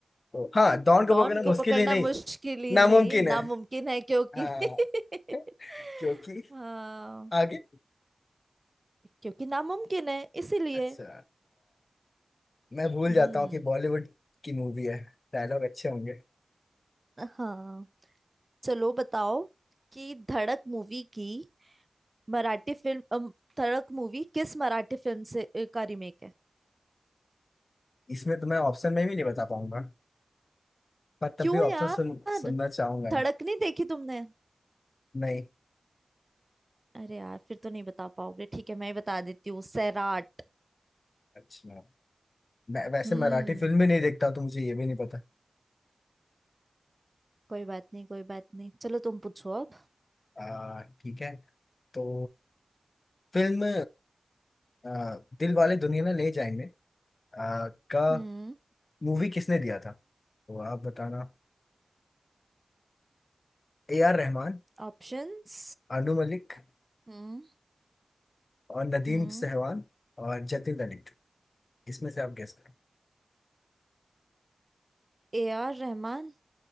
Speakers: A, on the left; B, on the right.
A: तो हाँ
B: <laughs>
A: डॉन को
B: डॉन
A: पकड़ना
B: को
A: मुश्किल
B: पकड़ना
A: ही नहीं
B: मुश्किल ही
A: नामुमकिन
B: नहीं नामुमकिन
A: है
B: है क्योंकि
A: हाँ
B: <laughs>
A: क्योंकि
B: हाँ
A: आगे
B: क्योंकि नामुमकिन है इसीलिए
A: अच्छा मैं भूल
B: हम्म
A: जाता हूँ कि बॉलीवुड की मूवी है डायलॉग अच्छे होंगे
B: हाँ चलो बताओ कि धड़क मूवी की मराठी फिल्म अम, धड़क मूवी किस मराठी फिल्म से अ, का रीमेक है
A: इसमें तो मैं ऑप्शन में भी नहीं बता पाऊंगा पर तब
B: क्यों
A: भी
B: यार
A: ऑप्शन सुन सुनना चाहूंगा
B: धड़क नहीं देखी तुमने
A: नहीं
B: अरे यार फिर तो नहीं बता पाओगे ठीक है मैं ही बता देती हूँ सैराट
A: अच्छा मैं वैसे
B: हम्म
A: मराठी फिल्म भी नहीं देखता तो मुझे ये भी नहीं पता
B: कोई बात नहीं कोई बात नहीं चलो तुम पूछो अब
A: आ, ठीक है तो फिल्म आ, दिल वाले दुनिया ना ले जाएंगे आ, का
B: हम्म
A: मूवी किसने दिया था तो आप बताना ए आर रहमान
B: ऑप्शंस
A: अनु मलिक
B: हम्म
A: और नदीम
B: हम्म
A: सहवान और जतिन ललित इसमें से आप गेस करो
B: A R Rahman